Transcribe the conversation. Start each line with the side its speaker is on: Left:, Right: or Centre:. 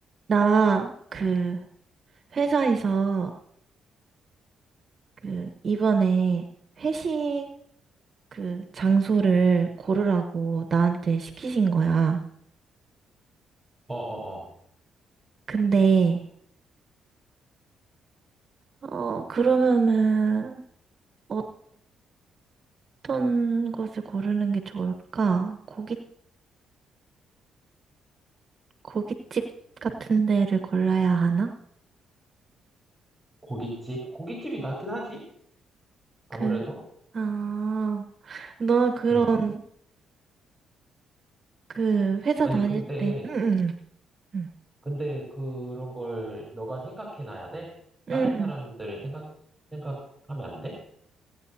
Right: 나, 그, 회사에서, 그, 이번에 회식, 그, 장소를 고르라고 나한테 시키신 거야.
Centre: 어어어.
Right: 근데, 어, 그러면은, 어, 어떤 것을 고르는 게 좋을까? 고깃, 고깃집 같은 데를 골라야 하나?
Centre: 고깃집? 고깃집이 낫긴 하지? 아무래도?
Right: 그, 아, 너 그런,
Centre: 응.
Right: 그, 회사
Centre: 아니,
Right: 다닐
Centre: 근데,
Right: 때, 응, 응, 응.
Centre: 근데 그런 걸 너가 생각해놔야 돼? 다른
Right: 응, 응.
Centre: 사람들을 생각, 생각하면 안 돼?